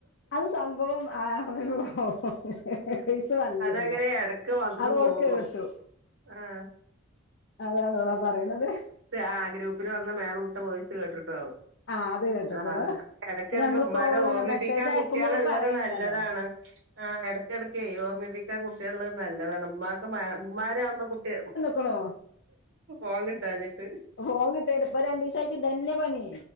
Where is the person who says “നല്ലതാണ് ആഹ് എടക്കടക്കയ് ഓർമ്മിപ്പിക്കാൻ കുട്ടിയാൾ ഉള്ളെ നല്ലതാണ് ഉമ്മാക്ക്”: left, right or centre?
Right